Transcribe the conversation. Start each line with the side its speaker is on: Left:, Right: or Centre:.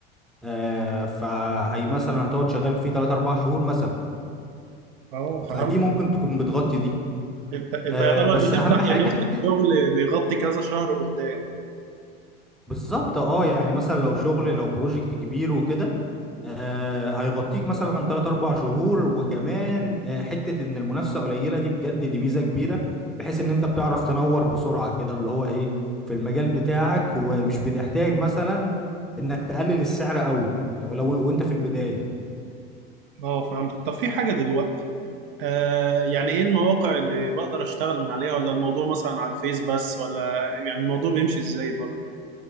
Centre: آه، فهي مثلا هتقعد شغال فيه 3 4 شهور مثلا
Right: اه فهمت
Centre: فدي ممكن تكون بتغطي دي
Right: انت انت
Centre: آه
Right: يعتبر
Centre: بس
Right: بتفتح
Centre: اهم حاجه
Right: لنفسك
Centre: حته
Right: شغل بيغطي كذا شهر قدام
Centre: بالظبط اه يعني مثلا لو شغل لو بروجكت كبير وكده آه هيغطيك مثلا 3 4 شهور وكمان آه حته ان المنافسه قليله دي بجد دي ميزه كبيره بحيث ان انت بتعرف تنور بسرعه كده اللي هو ايه في المجال بتاعك ومش بتحتاج مثلا انك تقلل السعر قوي لو لو وانت في البدايه
Right: اه فهمت طب في حاجه دلوقتي آه يعني ايه المواقع اللي بقدر اشتغل من عليها ولا الموضوع مثلا على الفيس بس ولا يعني الموضوع بيمشي ازاي برضه